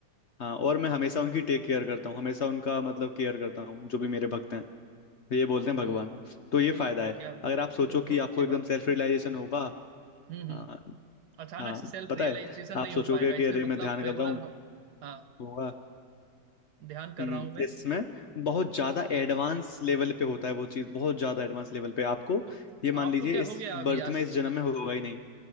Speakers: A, on the left; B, on the right.
A: हाँ और मैं हमेशा उनकी टेक केयर करता हूँ हमेशा उनका मतलब केयर करता हूँ जो भी मेरे भक्त हैं तो ये बोलते हैं
B: ओ
A: भगवान तो ये
B: अरे
A: फायदा है
B: क्या बात
A: अगर आप
B: है
A: सोचो
B: तो
A: कि
B: बहुत
A: आपको
B: अच्छी
A: एकदम
B: बात है
A: सेल्फ रियलाइजेशन होगा
B: हम्म
A: हाँ,
B: हम्म अचानक
A: हाँ
B: से सेल्फ
A: पता
B: रियलाइजेशन
A: है आप
B: नहीं
A: सोचोगे
B: हो पाएगा
A: कि
B: इसमें
A: अरे
B: मतलब
A: मैं ध्यान
B: रेगुलर
A: कर रहा हूँ
B: हाँ
A: होगा
B: ध्यान कर
A: हम्म
B: रहा हूं मैं
A: इसमें बहुत ज्यादा एडवांस लेवल पे होता है वो चीज बहुत ज्यादा एडवांस लेवल पे आपको
B: तो
A: ये मान
B: आपको
A: लीजिए
B: क्या
A: इस
B: हो गया अभी
A: बर्थ में
B: आज
A: इस जन्म
B: मत-
A: में होगा ही नहीं